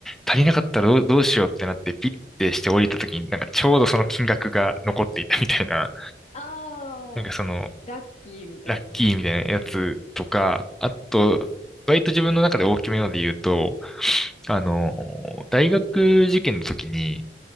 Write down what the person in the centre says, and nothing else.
足りなかったらどう、どうしようってなって、ピッてして降りた時に、なんかちょうどその金額が残っていたみたいな、
なんかその、
ラッキーみたいなやつとか、
あと、割と自分の中で大きめので言うと、あの、大学受験の時に、